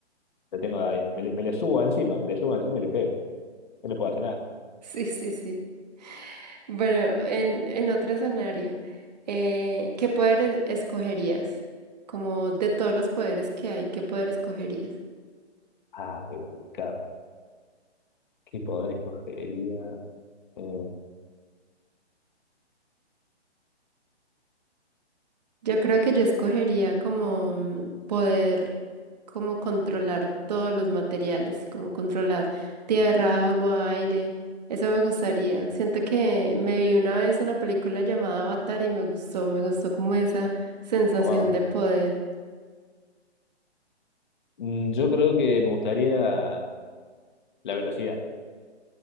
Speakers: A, on the left; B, on the right.
A: Lo tengo ahí. Me, le- me le subo encima, me le subo encima y le pego. No le puedo hacer nada.
B: Sí, sí, sí. Bueno, en, en otro escenario, eh, ¿qué poder e- escogerías? Como de todos los poderes que hay, ¿qué poder escogerías?
A: Ah, qué complicado. ¿Qué poder escogería? Eh,
B: Yo creo que yo escogería como mm, poder, como controlar todos los materiales, como controlar tierra, agua, aire. Eso me gustaría. Siento que me vi una vez una película llamada Avatar y me gustó, me gustó como esa sensación
A: ¿cómo hago?
B: de poder.
A: Mm, Yo creo que me gustaría la velocidad.